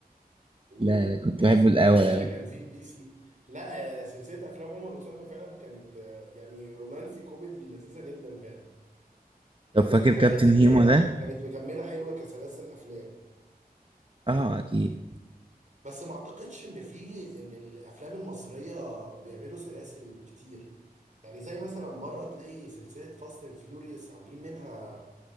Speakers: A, on the right; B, on the right.
A: وال-
B: لا لا
A: والبيسي
B: كنت بحب الأول
A: والجزء
B: أوي
A: اللي كان فيه البيسي لا آه، سلسله افلام عمر وسلمى فعلا كانت آه، يعني رومانسي كوميدي لذيذه جدا فعلا يعني
B: طب فاكر
A: من الحاجات
B: كابتن
A: اللي
B: هيما
A: هي
B: ده
A: كانت مكمله حلوه كسلاسل افلام
B: اه أكيد
A: بس ما اعتقدش ان في ان الافلام المصريه بيعملوا سلاسل كتير يعني زي مثلا بره تلاقي سلسله فاست اند فيوريوس عاملين منها